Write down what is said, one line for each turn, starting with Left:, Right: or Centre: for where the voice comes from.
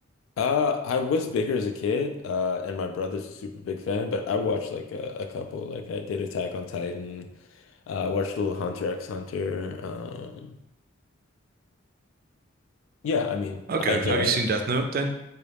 Left: Uh, I was bigger as a kid, uh, and my brother's a super big fan, but I watched like a, a couple. Like I did Attack on Titan, uh, watched a little Hunter x Hunter. Um, yeah, I mean,
Right: Okay.
Left: I enjoy
Right: Have you
Left: anime.
Right: seen Death Note then?